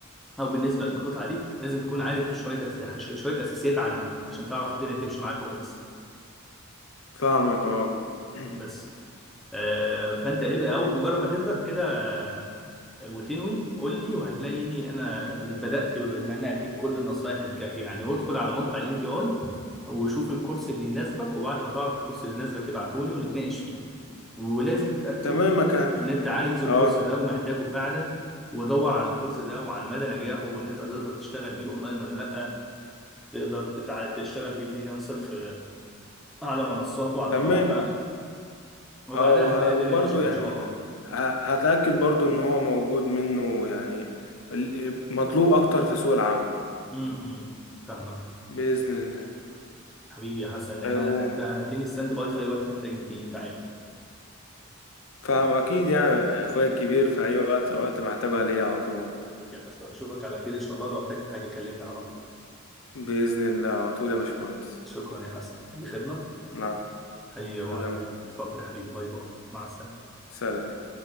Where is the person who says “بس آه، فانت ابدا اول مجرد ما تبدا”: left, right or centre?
Centre